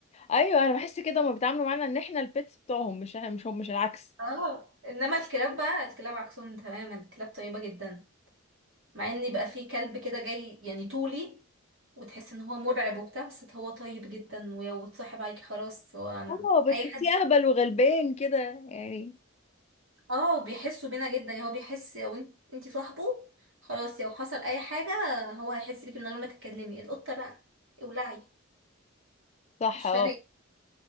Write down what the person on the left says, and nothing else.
ايوه انا بحس كده هما بيتعاملوا معانا ان احنا البيتس بتوعهم مش مش هم مش العكس
اه بتحسيه
اهبل وغلبان كده يعني
صح
اه